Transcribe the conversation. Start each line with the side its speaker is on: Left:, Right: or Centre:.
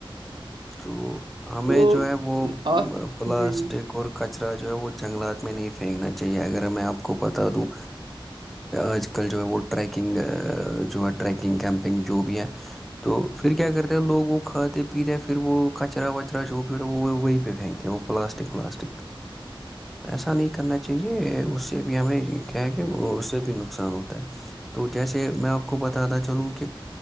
Centre: تو ہمیں
Right: تو
Centre: جو ہے وہ
Right: آ
Centre: پلاسٹک
Right: جی جی
Centre: اور کچرا جو ہے وہ جنگلات میں نہیں پھینکنا چاہیے اگر میں آپ کو بتا دوں آج کل جو ہے وہ ٹریکنگ جو ہے ٹریکنگ کیمپنگ جو بھی ہے تو پھر کیا کرتے ہیں لوگ وہ کھاتے پیتے پھر وہ کچرا وچرا جو بھیتا وہیں پہ پھینکتے ہیں وہ پلاسٹک ولاسٹک
Right: ج <inaudible>
Centre: ایسا نہیں کرنا چاہیے اس سے بھی ہمیں کیا ہے کہ وہ اس سے بھی نقصان ہوتا ہے تو جیسے میں آپ کو بتاتا چلوں کہ